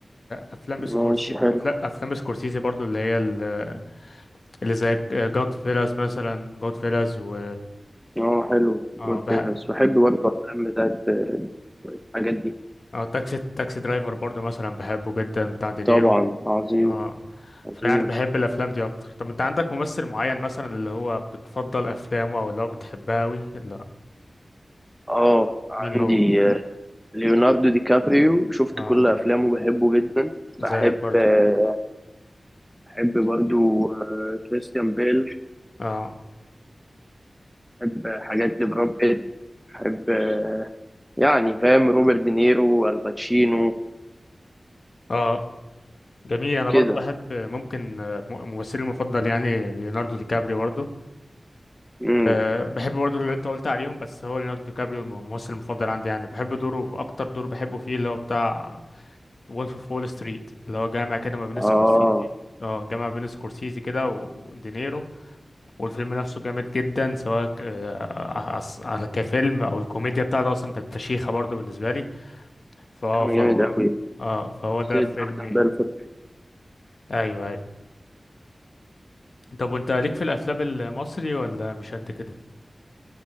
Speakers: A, on the left; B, in the centre.
A: افلام سكورسي
B: ماشي حلو
A: افلام افلام سكورسيزي برضو اللي هي ال- اللي زي جود فيلاز مثلا جود فيلاز و
B: اه حلو
A: اه
B: جود
A: بحب
B: فيلز بحب برضه افلام بتاعت آه، الحاجات دي
A: اه تاكسي تاكسي درايفر برضو مثلا بحبه جدا بتاع دينيرو
B: طبعا عظيم
A: اه
B: عظيم
A: فيعني بحب الافلام دي اكتر طب انت عندك ممثل معين مثلا اللي هو بتفضل افلامه او اللي هو بتحبها اوي لا
B: اه عندي
A: مين هو
B: آه، ليوناردو دي كابريو شفت
A: اه
B: كل افلامه بحبه جدا
A: زيك
B: بحب
A: برضو
B: آه، بحب برضو آه، كريستيان بيل
A: اه
B: بحب آه، حاجات لبراد بيت بحب آه، يعني فاهم روبرت دينيرو الباتشينو
A: اه جميل انا
B: كده
A: برضو بحب ممكن آه، م- ممثلي المفضل يعني ليوناردو دي كابريو برضو
B: امم
A: أه بحب برضو اللي انت قلت عليهم بس هو ليوناردو دي كابريو الممثل المفضل عندي يعني بحب دوره اكتر دور بحبه فيه اللي هو بتاع وولف اوف وول ستريت اللي هو جامع كده ما بين
B: اه
A: سكورسيزي اه جامع بين سكورسيزي كده ودينيرو والفيلم نفسه جامد جدا سواء ك- آه، عس- على كفيلم او الكوميديا بتاعته اصلا كانت فشيخه برضه بالنسبه لي فهو
B: فيلم
A: فهو
B: جامد قوي
A: اه فهو
B: شخصية
A: ده فيلم
B: جوردن
A: يعني.
B: بيلفورد
A: ايوه ايوه طب وانت ليك في الافلام المصري ولا مش قد كده